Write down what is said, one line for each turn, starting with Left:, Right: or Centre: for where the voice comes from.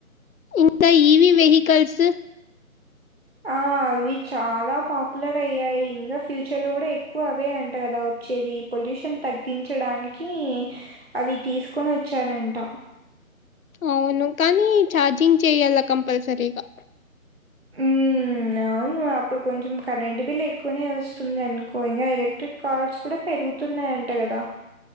Left: ఇంకా ఈవి వెహికల్స్
Right: ఆ అవి చాలా పాపులర్ అయ్యాయి ఇంగ ఫ్యూచర్ లో కూడా ఎ క్కువ అవే అంట కదా వచ్చేది పొల్యూషన్ తగ్గించడానికి అవీ తీసుకోన్ వచ్చానంట
Left: అవును కానీ ఛార్జింగ్ చేయాలా కంపల్సరీగా
Right: హ్మ్. అవును అప్పుడ్ కొంచెం కరెంట్ బిల్ ఎక్కువనే వస్తుంది అనుకో ఇంగా ఎలక్ట్రిక్ కార్స్ కుడ పెరుగుతున్నాయంట కదా